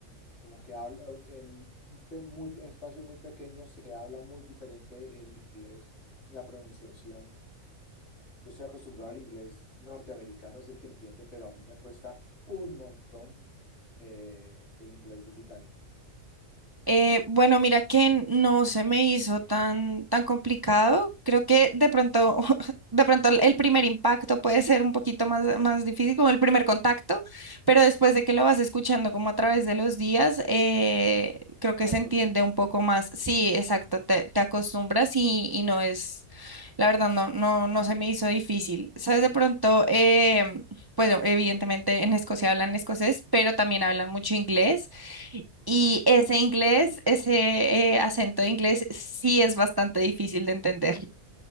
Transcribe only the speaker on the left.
como que habla, o sea, en un pe- muy, espacio muy pequeño se habla muy diferente el inglés, la pronunciación. Yo estoy acostumbrado al inglés norteamericano, es el que entiendo, pero a mí me cuesta un montón eh, el inglés británico.
¿Te
acostumbras?